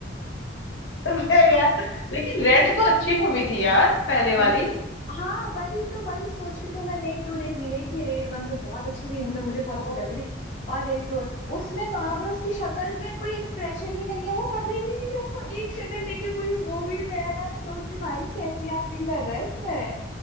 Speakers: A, on the left; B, on the left.
A: <laughs> अरे यार लेकिन रेड तो अच्छी मूवी थी यार पहले
B: रे...
A: वाली
B: हाँ वही तो वही सोच के तो मैं रेड टू देखने गई कि रेड वन तो बहुत अच्छी थी मतलब मुझे बहुत अच्छी
A: ओ
B: लग रही थी और रेड टू उसमें बाप रे उसकी शक्ल में कोई एक्सप्रेशन ही नहीं है वो बदल ही नहीं रहा है। वो एक शक्ल लेके पूरी मूवी में है ना मैं सोच रही हूँ, भाई कैसी एक्टिंग कर रहा है इसमें